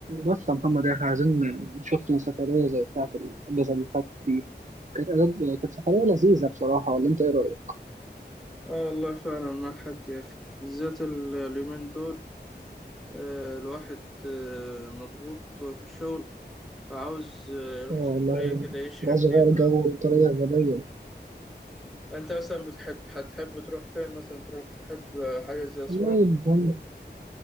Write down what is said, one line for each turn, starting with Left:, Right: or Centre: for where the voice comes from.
Right: بس يا محمد احنا عايزين شفنا سفرية زي بتاعة الأجازة اللي فاتت دي كانت أجازة كانت سفرية لذيذة بصراحة ولا أنت إيه رأيك؟
Centre: اه والله فعلا مع حد يا اخي بالذات ال- اليومين دول آه، الواحد آه، مضغوط في الشغل فعاوز آه، يروح
Right: اه والله
Centre: سفرية كده يشحن
Right: عايز أغير
Centre: بيها
Right: جو بطريقة غبية
Centre: فانت مثلا بتحب هتحب تروح فين مثلا تروح تحب آه، حاجة زي أسوان
Right: والله ممكن